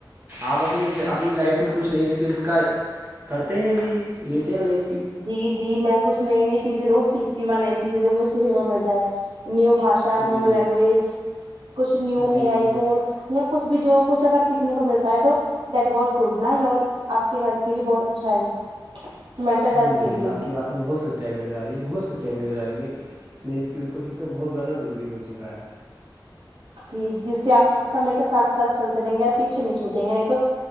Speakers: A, on the right (about 25°); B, on the right (about 80°).
A: آپ اپنی اپنی لائف میں کچھ نئی اسکلس کا کرتے ہیں جی لیتے ہیں نہیں
B: جی جی میں کچ نئی نئی چیزیں روز سیکھتی ہوں میں نئی چیزیں جب مجھے سیکھنے کو مل جائے نیو بھاشا ہاں
A: جی
B: نیو
A: جی
B: لینگویج کچھ نیو
A: جی
B: اے
A: جی
B: آئی کورس یا کچھ بھی جو کچھ اگر سیکھنے کو ملتا ہے تو دٹ واز گڈ نہ یور آپ کے ہیلتھ کے لیے بہت اچھا ہے مینٹل
A: الحمد
B: ہیلتھ کے لیے
A: للہ آپ کی بات میں بہت سچائی نظر آ رہی ہے بہت سچائی نظر آ رہی ہے نںی اسکل اس کو سیکھنا بہت زیادہ ضروری ہو چکا ہے
B: جی جس سے آپ سمے کے ساتھ ساتھ چلتے رہیں گے آپ پیچھے نہیں چھوٹیں گے نہیں تو